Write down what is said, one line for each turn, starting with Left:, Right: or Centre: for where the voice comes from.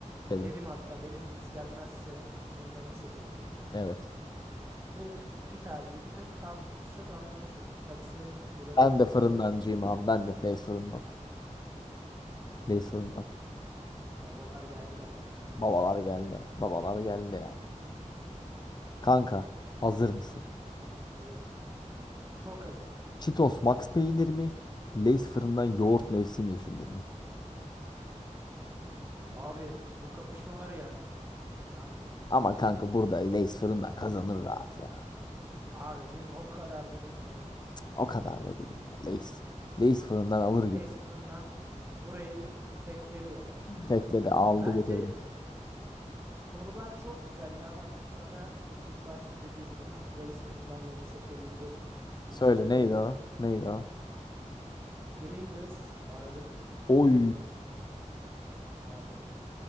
Left: dedim.
Right: Dedim hatta benim cips gelmezse fırındanı seçerim dedim.
Left: Evet.
Right: Benim tercihimiz az çok anlamışsındır. Tabii senin burada
Left: Ben
Right: tercihin
Left: de fırındancıyım
Right: ne olurdu?
Left: abi. Ben de Lays fırından. Lays
Right: Kesinlikle.
Left: fırından.
Right: Babalar geldi bence şu an.
Left: Babalar geldi. Babalar geldi. Kanka hazır mısın?
Right: Evet. Çok hazırım.
Left: Cheetos Max peynir mi? Lays fırından yoğurt mevsim yeşilliği mi?
Right: Abi bu kapışma var ya yani
Left: Ama kanka burada Lays
Right: hı,
Left: fırından kazanır rahat ya.
Right: abi değil mi? O kadar da değil değil mi?
Left: O kadar da değil. Ya. Lays, Lays fırından alır
Right: Lays
Left: gibi.
Right: fırından burayı tekledi ya.
Left: Tekle de aldı
Right: Bence
Left: götürdüm.
Right: sorular çok güzeldi ama sana ilk başta dediğim bunu Lays fırından yerine seçebileceğim cipsi
Left: Söyle
Right: söyleyeyim
Left: neydi o?
Right: mi?
Left: Neydi o?
Right: Pringles barbekü.
Left: Oy.
Right: Bildin mi? Abi